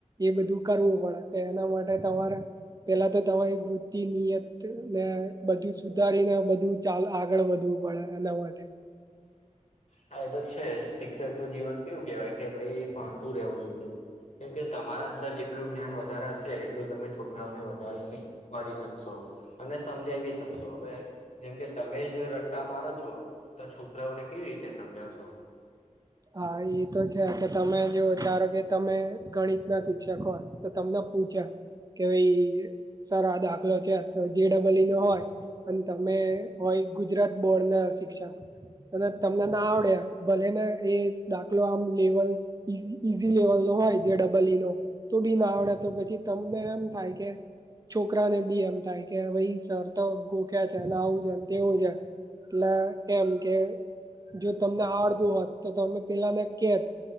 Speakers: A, on the right (about 30°); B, on the left (about 65°).
A: એ બધું કરવું પડે. તો એના માટે તમારે પેલા તો તમારી વૃત તી, નિયત ને બધું સુધારીને બધું ચાલ આગળ વધવું પડે એના માટે.
B: હા, એ તો છે જ, શિક્ષક નું જીવન કેવું કેવાય કે, ભઈ ભણતું રહેવું જોઈએ. કેમ કે તમારા અંદર જેટલું જ્ઞાન વધારાશે, એટલું તમે છોકરાઓને વધારે શી વાડીશકશો, અને સમજાઇ બી શકશો. હવે જેમ કે તમે જે રટ્ટા મારો છો, તો છોકરાઓને કેવી રીતે સમજાવશો?
A: હા ઈ તો છે, કે તમે જેવો ધારો કે તમે ગણિત ના શિક્ષક હોય તો તમને પૂછે કે હવે ઈ સર આ દાખલો છે, તો જી ડબલ્યું નો હોય અન તમે હોય ગુજરાત બોર્ડ ના શિક્ષક અને તમને ના આવડે, ભલે ને એ દાખલો આમ લેવલ ઈઝી-ઈઝી લેવલ નો હોય જે ડબલ ઈ નો તો બી ના આવડે તો પછી તમને એમ થાય કે છોકરા ને બી એમ થાય કે ભઈ સર તો ગોખ્યા છે ને આવું છે ને તેવું છે. એટલે એમ કે જો તમને આવડતું હોત તો તમે પેલાને કેત